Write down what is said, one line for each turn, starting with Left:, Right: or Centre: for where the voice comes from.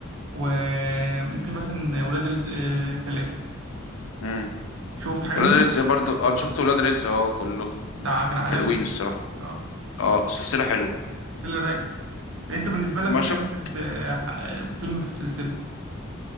Right: وممكن مثلا ولاد رزق آه، تلاتة
Left: امم
Right: شفت حاجة
Left: ولاد
Right: منه
Left: رزق برضو اه، انا شفت ولاد رزق اه كله
Right: ده كان عالمي
Left: حلوين
Right: ده
Left: الصراحة
Right: اه
Left: اه سلسلة حلوة
Right: السلسلة رايقة انت بالنسبة لك
Left: ما
Right: ايه
Left: شفت
Right: اجمد آه، ح- فيلم في السلسلة